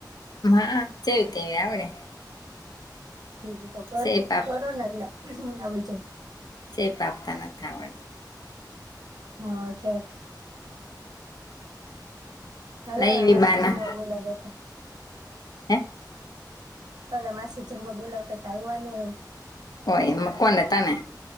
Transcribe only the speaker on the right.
ઠીક એ તો <unintelligible> <unintelligible>
આવડી જાય.
હા, ઠેક. હાલ
હાલ
માસી
જમવા બોલાવ્યા તા.
કાલે માસી જમવા બોલાવતા, તા આવ્યા નઈ એમ